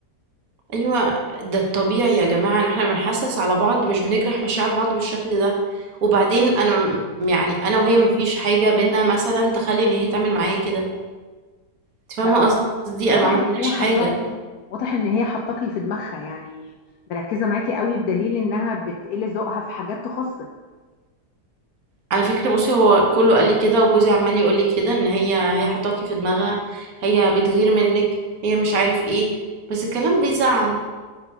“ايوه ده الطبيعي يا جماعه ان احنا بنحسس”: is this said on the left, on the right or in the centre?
Right